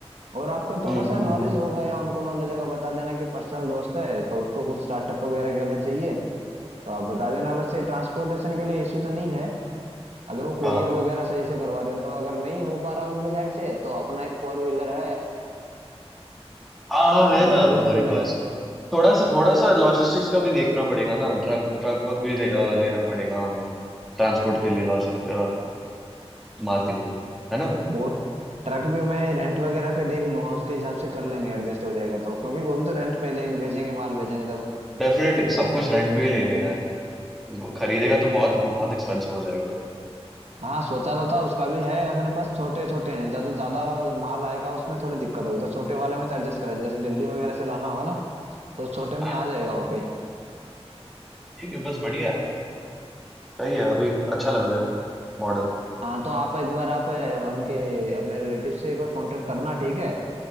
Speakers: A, on the right; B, in the centre.
A: और आपका थोड़ा
B: हम्म
A: सा
B: हम्म
A: नॉलेज
B: हम्म।
A: होगा या उनको नॉलेज होगा बता देना कि पर्सनल दोस्त है तो उसको कुछ स्टार्टअप वगैरह के लिए चाहिए तो आप बता देना वैसे ट्रांसपोर्टेशन के लिए इश्यू तो नहीं है अगर वो कुरियर
B: हाँ
A: वगैरह सही से करवा दें तो अगर नहीं हो पा रहा उनकी साइड से तो अपना एक फोर व्हीलर है
B: हाँ हाँ
A: उसमें
B: है ना
A: एडजस्ट
B: हमारे
A: कर लेंगे
B: पास थोड़ा सा थोड़ा सा लॉजिस्टिक्स का भी देखना पड़ेगा ना ट्रक ट्रक वर्क भी ले, अ, लेना पड़ेगा हमें ट्रांसपोर्ट के लिए लॉजिस्ट माल के लिए है ना
A: वो ट्रक भी मैं रेंट वगैरह पे देख लूंगा उसके हिसाब से कर लेंगे एडजस्ट हो जाएगा तो क्योंकि वो भी तो रेंट पे देंगे भेजेंगे माल भेजेंगे तब
B: डेफिनेटली सब कुछ रेंट पे ही ले ले यार खरीदेगा तो बहुत बहुत एक्सपेंसिव हो जाएगा
A: हाँ सोचा तो था उसका भी है अपने पास छोटे छोटे हैं ज्यादा ज्यादा माल आएगा उसमें थोड़ी दिक्कत होगी तो छोटे वाले में तो एडजस्ट करें जैसे दिल्ली वगैरह से लाना होगा ना तो छोटे में
B: हाँ,
A: आ जाएगा ओके
B: ठीक है बस बढ़िया है सही है अभी अच्छा लग रहा है मॉडल
A: हाँ तो आप एक बार आप अ, उनके अपने रिलेटिव से एक बार कांटेक्ट करना ठीक है